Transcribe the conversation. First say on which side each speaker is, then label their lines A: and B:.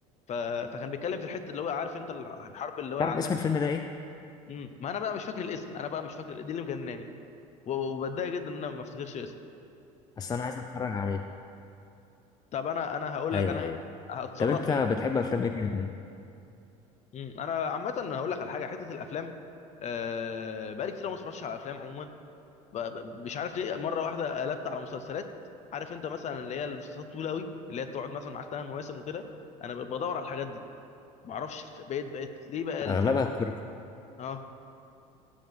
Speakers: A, on the left; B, on the left.
A: ف... فكان بيتكلم في الحته اللي هو عارف انت الحرب اللي هو
B: تعرف
A: العالميه
B: اسم
A: الثانيه
B: الفيلم ده ايه
A: امم ما انا بقى مش فاكر الاسم انا بقى مش فاكر دي اللي مجنناني و- وبتضايق جدا ان انا ما افتكرش الاسم
B: اصل انا عايز اتفرج عليه
A: طب انا انا هقول
B: ايوه
A: لك انا
B: ايوه
A: هتصرف
B: طب انت
A: وأجيب-
B: بتحب افلام ايه تاني طيب؟
A: مم. انا عامه هقول لك على حاجه حته الافلام آه، بقالي كتير أوي ما اتفرجتش على افلام عموما ب- ب- مش عارف ليه مره واحده قلبت على مسلسلات عارف انت مثلا اللي هي المسلسلات طويله قوي اللي هي تقعد مثلا معاك ثمان مواسم وكده انا ب- بدور على الحاجات دي ما اعرفش الف- بقيت بقيت ليه بقى الفيلم
B: اغلبها التركي
A: بقيت اه